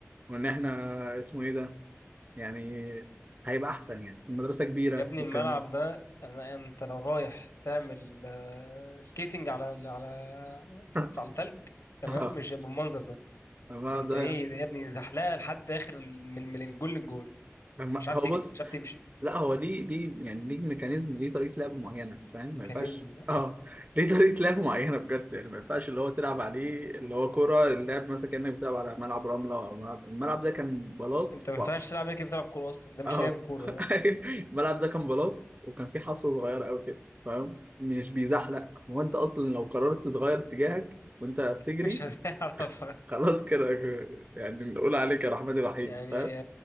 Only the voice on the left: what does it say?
يا ابني
الملعب
ده أنا... انت لو رايح تعمل آه، سكيتنج على على
على تلج تمام
مش هيبقى بالمنظر ده
انت
ايه ده يا ابني زحلقه لحد اخر ال- من من الجول للجول
مش عارف
تجري
مش عارف تمشي
ميكانيزم
انت ما
ينفعش تلعب هيك بتلعب كوره اصلا ده مش
لاعب كوره ده
<laughs> مش هتعرف
يعني